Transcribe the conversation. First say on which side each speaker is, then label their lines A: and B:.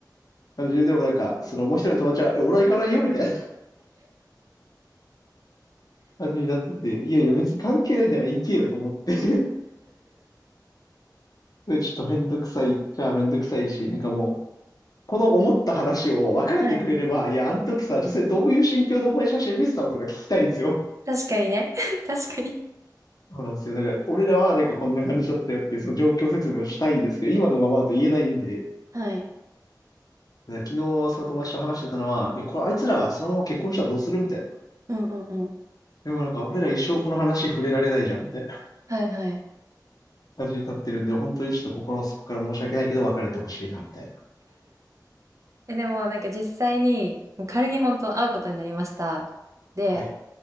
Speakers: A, on the left (about 55°); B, on the right (about 45°).
A: 感じで、でもなんかそのもう一人の友達は、え、俺は行かないよみたいな感じになってて、いやいや別に関係ないんだから行けよと思ってそれちょっとめんどくさいっちゃめんどくさいし、なんかもう、この思った話を別れてくれれば、
B: はい。
A: いや、あの時さ、実際どういう心境でお前写真見せたのとか聞きたいんですよ。
B: 確かにね。<laughs> 確かに。
A: そうなんですよ。だから、俺らはなんかこんな感じだったよっていう、その状況説明をしたいんですけど、今のままだと言えないんで、だか
B: はい。
A: ら昨日その友達と話してたのは、え、これあいつらそのまま結婚したらどうするみたいな。
B: うんうん
A: でもなんか、俺ら一生この話触れられないじゃん、みたいな
B: はいはい。
A: 感じになってるんで、本当にちょっと心の底から申し訳ないけど、別れてほしいな、みたいな。
B: え、でもなんか実際に、もう仮に本当会うことになりました。で、
A: はい